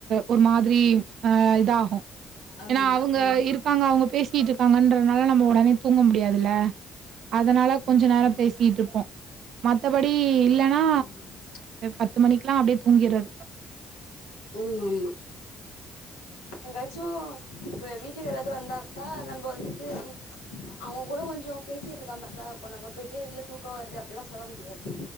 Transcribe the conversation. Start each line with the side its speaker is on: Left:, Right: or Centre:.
Right: ஒரு மாதிரி ஆ இதாகும்
Left: ஆமா
Right: ஏன்னா அவங்க
Left: ஆமா
Right: இருபாங்க
Left: ஆ
Right: அவங்க பேசிட்டு இருக்காங்கன்றதுனால நம்ம ஒடனே தூங்க முடியாதுல அதனால
Left: ஆமா
Right: கொஞ்ச
Left: ஆமா
Right: நேர
Left: கண்டிப்பா
Right: பேசிட்டுருப்போ மத்தபடி
Left: ஆமா
Right: இல்லன்னா
Left: ம்
Right: பத்து மணிிக்கல்லாம் அப்டியே தூங்கிறது
Left: ஆமா ஆமா எங்காச்சும் இப்ப வீட்டுக்காராவது வந்தாக்கா நம்ம வந்துட்டு அவங்க கூட கொஞ்சம் பேசிட்டு இருக்கா மாரிதா இருக்கும் நம்ம போயிட்டு இல்ல தூக்கம் வருது அப்பல்லாம் சொல்ல முடியாது